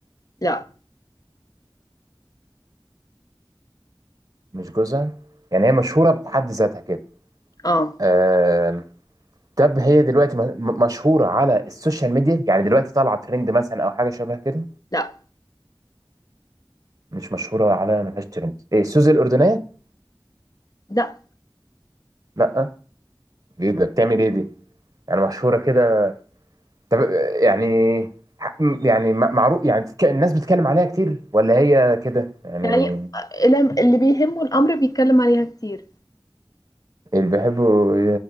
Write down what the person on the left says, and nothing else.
لا
اه
لا
لا
يعني الم- اللي بيهمه الامر بيتكلم عليها كتير